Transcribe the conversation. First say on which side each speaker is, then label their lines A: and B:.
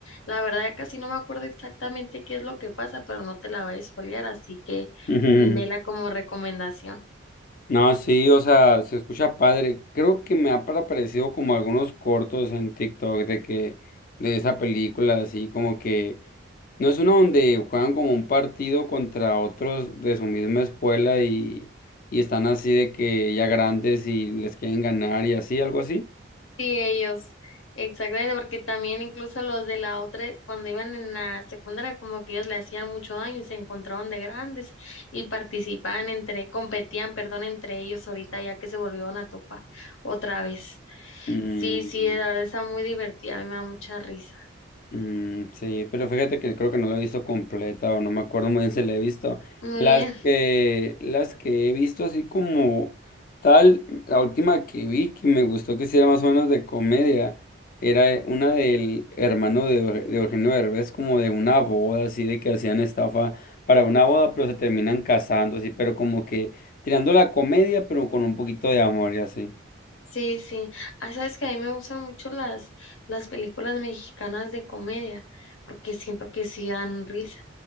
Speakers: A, on the left (about 80°); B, on the left (about 45°).
A: La verdad, ya casi no me acuerdo exactamente qué es lo que pasa, pero no te la voy a spoilear, así que
B: <laughs>
A: mm, vela como recomendación.
B: No, sí, o sea, se escucha padre. Creo que me ha par- aparecido como algunos cortos en TikTok de que, de esa película, así como que, no es una donde juegan como un partido contra otros de su misma escuela y, y están así de que ya grandes y les quieren ganar y así, algo así.
A: Sí, ellos, exactamente, porque también incluso los de la otra, cuando iban en la secundaria, como que ellos le hacían mucho daño y se encontraron de grandes y participaban entre, competían, perdón, entre ellos ahorita ya que se volvieron a topar otra vez.
B: Mm.
A: Sí, sí, la verdad está muy divertida, a mí me da mucha risa.
B: Mm, sí, pero fíjate que creo que no la he visto completa o no me acuerdo muy bien si la he visto.
A: Muy
B: Las
A: bien,
B: que, las que he visto así como tal, la última que vi que me gustó que hiciera más o menos de comedia, era eh, una del hermano de, Eug- de Eugenio Derbez, como de una boda, así de que hacían estafa para una boda, pero se terminan casando, así, pero como que tirando la comedia, pero con un poquito de amor y así.
A: sí, sí. Ah, sabes que a mí me gustan mucho las, las películas mexicanas de comedia, porque siento que sí dan risa.